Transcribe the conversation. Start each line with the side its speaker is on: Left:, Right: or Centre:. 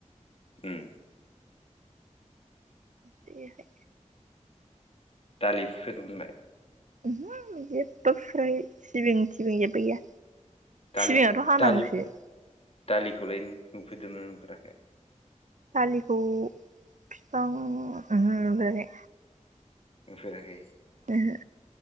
Left: ओम
Right: देहाय
Left: दालि फुफेरनो मोनबाय?
Right: ओमहो आं जेबो फुफेराखै सिबिं थिबिं जेबो गैया।
Left: दालि
Right: सिबिङाथ' हानांगौसो।
Left: दालि दालिखौलाय नुफेरदोंमोन नुफेराखै?
Right: दालिखौ बिफां ओहो नुफेराखै।
Left: नुफेराखै।
Right: ओहो